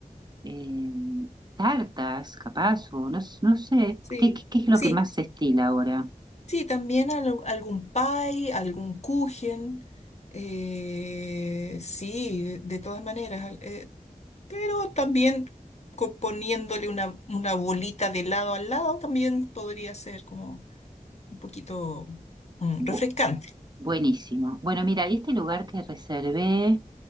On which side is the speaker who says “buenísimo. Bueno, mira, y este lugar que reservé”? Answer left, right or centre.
Right